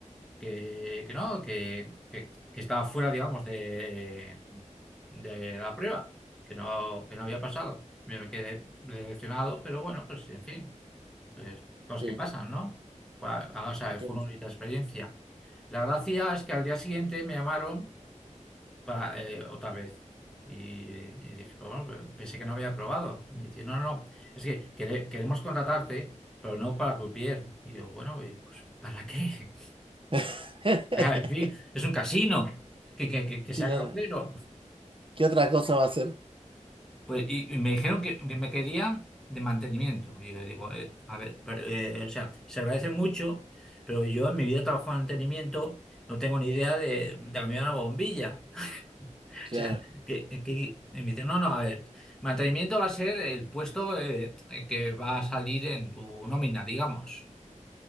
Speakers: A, in the centre; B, on the right (about 45°).
A: que, que no, que, que, que estaba fuera, digamos, de, de la prueba, que no, que no había pasado. Yo me quedé decepcionado, pero bueno, pues en fin, pues, cosas
B: sí,
A: que pasan, ¿no? Pues, ah, o sea,
B: entiendo.
A: fue una bonita experiencia. La gracia es que al día siguiente me llamaron para, eh, otra vez. Y, y dije, pues bueno, pe- pensé que no había probado. Me dice, no, no, no, es que quere- queremos contratarte, pero no para croupier. Y yo, bueno, y, pues ¿para qué?
B: <laughs>
A: Ah, En fin, es un casino, que, que, que, que
B: Claro.
A: sea cabrero.
B: ¿Qué otra cosa va a ser?
A: Pues, y, y me dijeron que, que me querían de mantenimiento. Y yo digo, eh, a ver, pero, eh, o sea, se agradece mucho, pero yo en mi vida he trabajado en mantenimiento, no tengo ni idea de, de cambiar una bombilla. <laughs>
B: Claro.
A: O sea, que, que- y me dicen, no, no, a ver, mantenimiento va a ser el puesto eh, que va a salir en tu nómina, digamos.